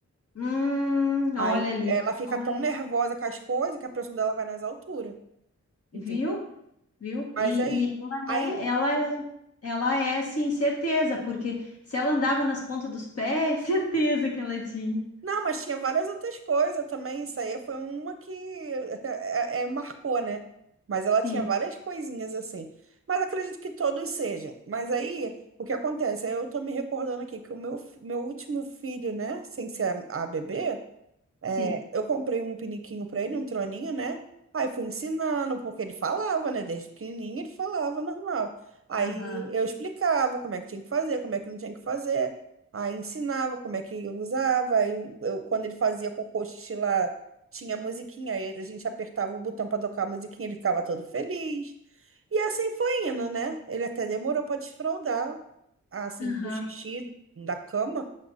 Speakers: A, on the left; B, on the right.
A: Hum,
B: Aí
A: olha ali,
B: ela fica
A: então
B: tão
A: é-
B: nervosa com as coisas que a pressão dela vai nas alturas,
A: viu?
B: entendeu?
A: Viu?
B: Mas
A: E,
B: aí...
A: e ela
B: Aí
A: é, ela é, ela é, sim, certeza, porque se ela andava nas pontas dos pés, <laughs> certeza que ela tinha.
B: Não, mas tinha várias outras coisas também. Isso aí foi uma que <laughs> é, é, marcou, né? Mas ela
A: Sim,
B: tinha várias coisinhas assim. Mas acredito que todos sejam. Mas aí, o que acontece? Aí eu tô me recordando aqui que o meu, fi- meu último filho, né? Sem ser a, a bebê, é,
A: sim.
B: eu comprei um piniquinho pra ele, um troninho, né? Aí fui ensinando, porque ele falava, né? Desde pequenininho ele falava normal. Aí
A: Aham,
B: eu explicava como é que tinha que fazer, como é que não tinha que fazer. Aí ensinava como é que usava. Aí eu, quando ele fazia cocô, xixi lá, tinha musiquinha. Aí a gente apertava o botão pra tocar a musiquinha, ele ficava todo feliz. E assim foi indo, né? Ele até demorou pra desfraldar, assim,
A: aham.
B: pro xixi da cama.